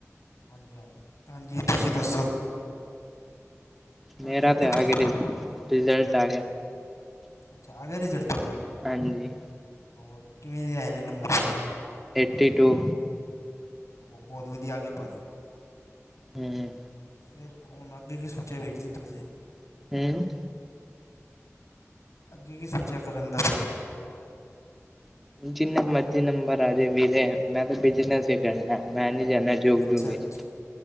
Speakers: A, on the left; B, in the centre.
A: ਹਾਂਜੀ ਹਾਂਜੀ ਹਾਂਜੀ ਤੁਸੀਂ ਦੱਸੋ ਤੁਹਾਡੇ
B: ਮੇਰਾ
A: ਹੋ ਗਏ
B: ਤੇ ਆ
A: ਪੇਪਰ
B: ਗਿਆ ਰਿ ਰਿਜ਼ਲਟ ਆ ਗਿਆ
A: ਅੱਛਾ ਆ ਗਿਆ ਰਿਜ਼ਲਟ ਤੁਹਾਡਾ
B: ਹਾਂਜੀ
A: ਹੋਰ ਕਿਵੇਂ ਦੇ ਆਏ ਨੇ ਨੰਬਰ ਫੇਰ
B: ਏਟੀ ਟੂ।
A: ਉਹ ਬਹੁਤ ਵਧੀਆ ਆ ਗਏ ਭਾਜੀ।
B: ਹੂੰ।
A: ਫਿਰ ਹੁਨ ਅੱਗੇ ਕੀ ਸੋਚਿਆ ਵੀਰ ਜੀ ਤੁਸੀ
B: ਹਮ <inaudible>
A: ਅੱਗੇ ਕੀ ਸੋਚਿਆ ਕਰਨ ਦਾ ਫਿਰ
B: ਜਿੰਨੇ ਮਰਜ਼ੀ ਨੰਬਰ ਆ ਜੇ ਵੀਰੇ ਮੈਂ ਤੇ ਬਿਜਨਸ ਹੀ ਕਰਨਾ ਮੈਂ ਨੀ ਜਾਂਨਾ ਜੋਬ
A: ਅੱਛਾ
B: ਜੁਬ ਵਿੱਚ
A: ਅੱਛਾ